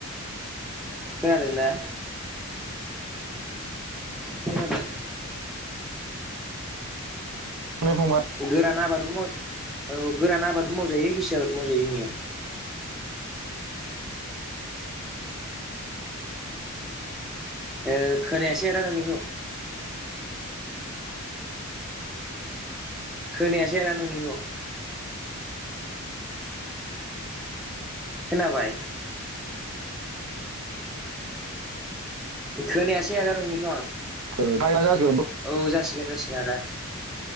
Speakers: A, in the centre; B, on the right.
A: खोनादोंना? खोनादों।
B: फंबाय
A: गोरान आबादबो माव औ गोरान आबादबो मावजायो गिसि आबादबो मावजायो जोंनिया। ओ खोनायासै आदा नोंनिखौ। खोनायासै आदा नोंनिखौ। खोनाबाय। खोनायासै आदा नोंनि <unintelligible>
B: ओ टाइमा जासिगोन
A: औ जासिगोन जासिगोन आदा।